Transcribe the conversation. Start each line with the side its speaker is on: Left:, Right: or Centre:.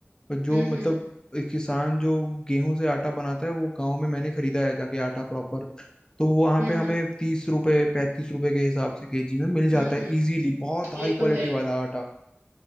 Left: और जो
Right: हम्म
Left: मतलब
Right: हम्म
Left: एक किसान जो गेहूं से आटा बनाता है वो गांव में मैंने खरीदा है जाके आटा प्रॉपर तो वहां
Right: हम्म
Left: पे हमें तीस रुपए पैंतीस रुपए के हिसाब से केजी में मिल जाता
Right: हम्म हम्म,
Left: है इजीली बहुत
Right: ये
Left: हाई क्वालिटी
Right: तो है
Left: वाला आटा